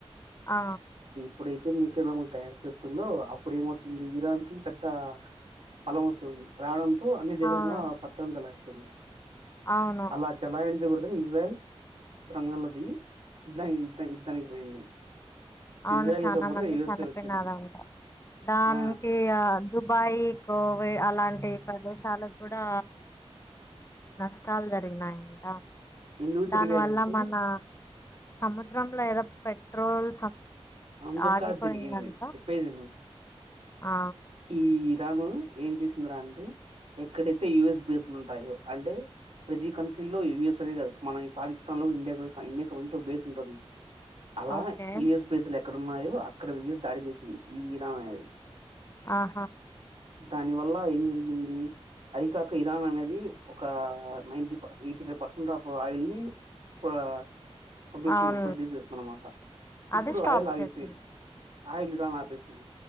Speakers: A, on the left (about 25°); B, on the right (about 80°).
A: ఆ
B: ఇప్పుడైతే న్యూక్లియర్ బంబులు తయారు చేస్తుందో అప్పుడు ఏమవుతుంది ఇరాన్ కి పెద్ద ఫలం వస్తుంది రావడంతో అన్ని దేశాల
A: అవును
B: మీద పత్రం చెల సుంది
A: అవును
B: అలా చెలాఇంచ్ ఇజ్రాయల్ రంగంలో దిగి ఇధానికి ఇత్త యుద్ధనీకి పోయింది
A: అవును
B: ఇజ్రాయెల్‌కి
A: చాలా
B: సపోర్ట్‌గా
A: మంది
B: యూఎస్ఏ
A: చనిపోినారంట
B: వచ్చింది.
A: దానికి
B: ఆ!
A: ఆ దుబాయ్ కోవి అలాంటి ప్రదేశాలకు కూడా నష్టాలు జరిగినాయంట
B: ఎందుకు జరిగాయంటే
A: దాని వల్ల మన సము ఎగ్జాంపుల్ ఏదో పెట్రోల్
B: అందుక
A: ఆగిపోయిందంట
B: జరిగింది చెప్పేది ఇను
A: ఆ
B: ఈ ఇరాన్ ఏం చేసిందిరా అంటే ఎక్కడైతే యయుఎస్ బేస్లు ఉంటాయో అంటే ప్రతి కంట్రీ లో యయుఎస్ అనే కాదు మనం ఈ పాకిస్తాన్ లో కూడా ఇండియా ఇండియాకి సంబంధించి ఒక బేస్ ఉంటుంది అలా
A: ఓకే
B: యుయస్ పిలేక్కడున్నాయో అక్కడ పోయి దాడి చేసింది ఈ ఇరాన్ అనేది
A: ఆహా
B: దాని వల్ల ఏం జరిగింది అది కాక ఇరాన్ అనేది ఒక నైన్టీ ప eighty five percent of oil ని ప ఆ పంపిస్తున్నాం
A: అవును
B: ప్రొడ్యూస్ చేస్తుందన్నమాట ఇప్పుడు
A: అది స్టాప్
B: ఆయిల్ ఆగిపోయింది
A: చేసింది
B: ఆయిల్ ఇరాన్ ఆపేసింది